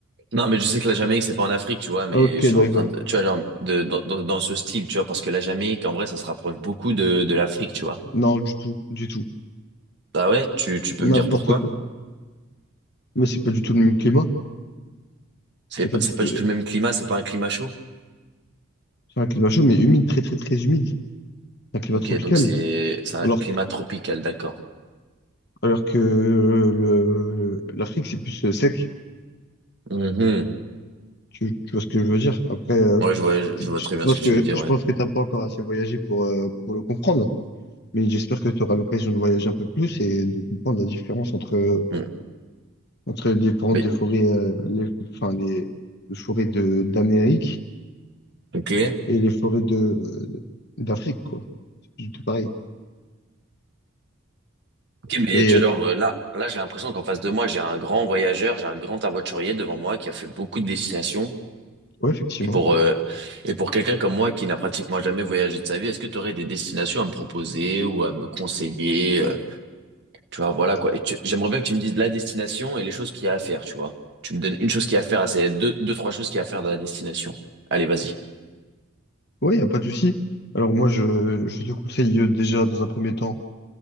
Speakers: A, on the right; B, on the left.
A: Non, mais je sais que la Jamaïque, c'est pas en Afrique, tu vois, mais
B: Ok,
A: je suis
B: d'accord.
A: en train de, tu vois, genre, de, dans, dans- dans ce style, tu vois, parce que la Jamaïque, en vrai, ça se rapproche beaucoup de, de l'Afrique, tu vois.
B: Non, du tout, du tout.
A: ah ouais, tu, tu peux
B: N'importe
A: me dire pourquoi?
B: quoi. Mais c'est pas du tout le même climat.
A: C'est
B: C'est
A: pas,
B: pas du
A: c'est
B: tout.
A: pas du
B: euh,
A: tout le même climat, c'est pas un climat chaud.
B: C'est un climat chaud, mais humide, très, très, très humide. Un climat
A: Ok,
B: tropical.
A: donc c'est, c'est un
B: Alors
A: climat
B: que,
A: tropical, d'accord.
B: alors que euh, le, l'Afrique, c'est plus euh, sec.
A: Mhm.
B: Tu, tu vois ce que je veux dire? Après, euh,
A: Ouais, je vois, je
B: tu-
A: vois
B: tu-
A: très
B: je
A: bien
B: pense
A: ce que
B: que,
A: tu veux dire,
B: je
A: ouais.
B: pense que t'as pas encore assez voyagé pour, euh, pour le comprendre. Mais j'espère que tu auras l'occasion de voyager un peu plus et de comprendre la différence entre, euh,
A: Mm.
B: entre les différentes
A: Mais,
B: des forêts, euh, les, enfin, les, les forêts de, d'Amérique
A: ok.
B: et les forêts de, euh, d'Afrique, quoi. C'est tout pareil.
A: Ok, mais
B: Mais
A: tu
B: euh,
A: vois, genre, euh, là, là, j'ai l'impression qu'en face de moi, j'ai un grand voyageur, j'ai un grand aventurier devant moi qui a fait beaucoup de destinations.
B: ouais, effectivement.
A: Et pour, euh, et pour quelqu'un comme moi qui n'a pratiquement jamais voyagé de sa vie, est-ce que tu aurais des destinations à me proposer ou à me conseiller, euh, tu vois, voilà
B: Euh,
A: quoi. Et tu- j'aimerais bien que tu me dises la destination et les choses qu'il y a à faire, tu vois. Tu me donnes une chose qu'il y a à faire, ah, c'est deux, deux, trois choses qu'il y a à faire dans la destination. Allez, vas-y.
B: Ouais, y a pas de souci. Alors moi, je, je te conseille euh, déjà dans un premier temps